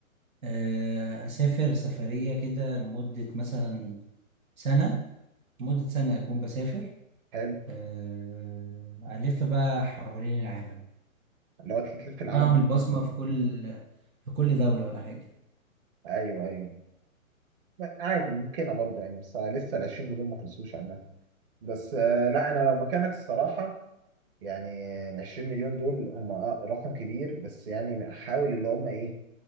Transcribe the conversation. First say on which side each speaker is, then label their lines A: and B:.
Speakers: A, on the right; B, on the right.
A: آه، أسافر سفرية كده لمدة مثلا سنة لمدة سنة أكون بسافر
B: حلو
A: آه، ألف بقى حوالين العالم
B: لو انت تلف في العالم
A: أعمل بصمة في كل في كل دولة ولا حاجة
B: ايوه ايوه عادي ممكنه برضه يعني بس لسه ال 20 مليون ما خلصوش عامه بس آه، لا انا لو مكانك الصراحه يعني ال 20 مليون دول هم آه، رقم كبير بس يعني احاول اللي هم ايه